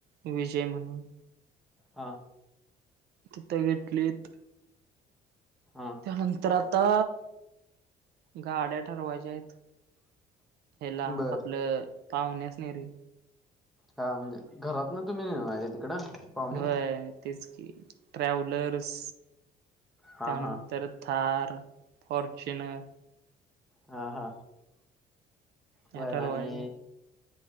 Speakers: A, on the right; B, in the centre.
A: विजय म्हणून
B: हा
A: तिथं घेतलीत.
B: हा
A: नंतर आता गाड्या ठरवायच्या आहेत. ह्याला
B: बर
A: आपलं पाहुणे असन्यारी.
B: हा म्हणजे घरात ना तुम्हीे माझ्या तिकडं पाहुणे
A: व्हय तेच की ट्रॅव्हलर्स
B: हा
A: त्यानंतर
B: हा
A: थार, फॉर्च्युनर
B: हा हा
A: ह्या
B: बरं
A: ठरवायच्या
B: आणि